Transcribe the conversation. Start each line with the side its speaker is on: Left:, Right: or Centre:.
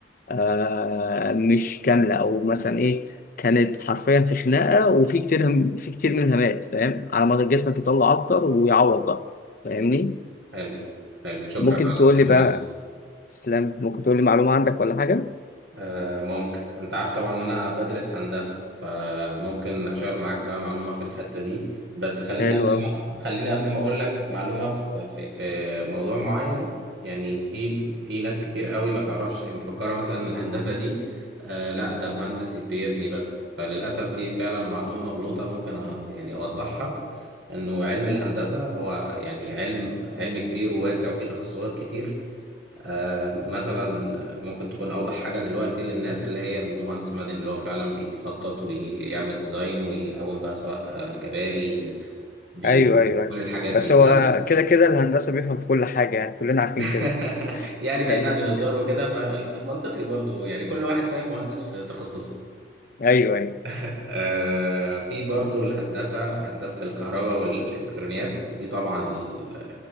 Left: آه مش كامله او مثلا ايه كانت حرفيا في خناقه وفي كتير هم في كتير منها مات فاهم على ما جسمك يطلع اكتر ويعوض بقى فاهمني
Right: حلو حلو شكرا
Left: ممكن
Right: على
Left: تقول
Right: المعلومه
Left: لي بقى
Right: دي
Left: تسلم ممكن تقول لي معلومة عندك ولا حاجة
Right: آه، ممكن انت عارف طبعا ان انا بدرس هندسة فممكن اشار معاك بقى معلومة في الحتة دي بس خليني
Left: حلو
Right: قبل
Left: أوي
Right: ما خليني قبل ما اقول لك معلومة في في في موضوع معين يعني في في ناس كتير قوي ما تعرفش مفكرة مثلا إن الهندسة دي آه لا ده مهندس بيبني بس فللأسف دي فعلا معلومة مغلوطة ممكن أ- يعني اوضحها انه علم الهندسة هو يعني علم علم كبير وواسع وفيه تخصصات كتير آه، مثلا ممكن تكون أوضح حاجة دلوقتي للناس اللي هي المهندس مدني اللي هو فعلا بيخطط ويعمل ديزاين ويقوم بقى سواء آه، كباري آه، بيوت
Left: أيوه أيوه أيوه
Right: كل الحاجات
Left: بس
Right: دي ده
Left: هو كده كده الهندسة بيفهم في كل حاجة يعني كلنا عارفين
Right: <laughs>
Left: كده
Right: يعني بعيد
Left: فاهم
Right: عن الهزار وكده فمنطقي برضو يعني كل واحد فاهم مهندس في تخصصه
Left: أيوه أيوه
Right: <laughs> آه، في برضو الهندسة هندسة الكهرباء والإلكترونيات ودي طبعا ال...